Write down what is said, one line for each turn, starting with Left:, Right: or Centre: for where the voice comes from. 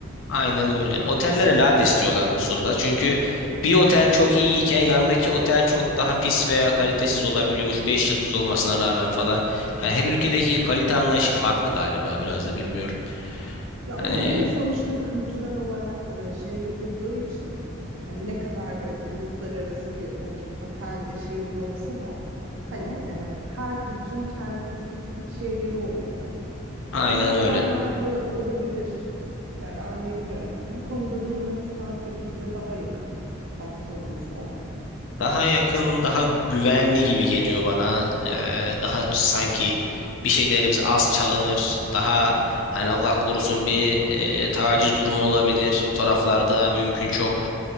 Left: Aynen öyle. Otellere lades diyorlar Mısır'da. Çünkü bir otel çok iyiyken yanındaki otel çok daha pis veya kalitesiz olabiliyormuş. 5 yıldız olmasına rağmen falan. Ha, Her ülkedeki kalite anlayışı farklı galiba biraz da bilmiyorum.
Right: Ya
Left: Hani
Right: olabilir sonuçta kültürel olarak e, şey yapıldığı için hani ne kadar böyle uluslararası bir o- otel e, şeyinde olsa da hani e, her kültürün kendi spesifik şeyleri oluyor.
Left: aynen
Right: Ondan kaynaklı
Left: öyle.
Right: olabilir. Yani anlayabiliyorum. Bu konuda da Yunanistan tabii bize daha yakın baktığımızda.
Left: Daha yakın, daha güvenli gibi geliyor bana. Ee, daha sanki bir şeylerimiz az çalınır. Daha hani Allah korusun bir e, taciz durumu olabilir. O taraflarda mümkün çok.